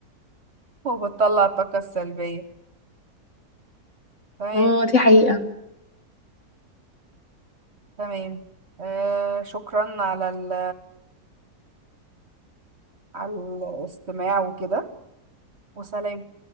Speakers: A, on the right; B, on the left.
A: وبتطلع الطاقة السلبية تمام
B: اه دي حقيقة
A: تمام آه شكرا على ال... على الاستماع وكده وسلام